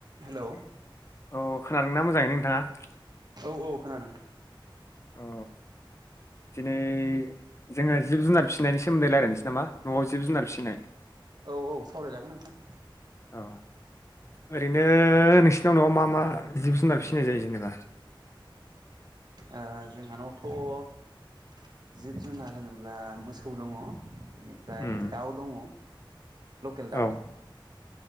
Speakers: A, on the right; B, on the left.
A: Hello.
B: अ खोनादों ना मोजाङैनो नोंथाङा?
A: औ औ खोनादों।
B: अ दिनै जोङो जिब जुनार फिनायनि सोमोन्दै रायलायनोसै नामा न'आव जिब जुनार फिसिनाय।
A: औ औ सावरायजागोन नोंथां।
B: औ ओरैनो नोंसिनाव न'आव मा मा जिब जुनार फिनाय जायो जेनेबा?
A: ओ जोंहानावथ'। जिब जुनार होनोब्ला मोसौ दङ। बेनिफ्राय
B: उम
A: दाउ दङ। लकेल दाउ
B: औ
A: ।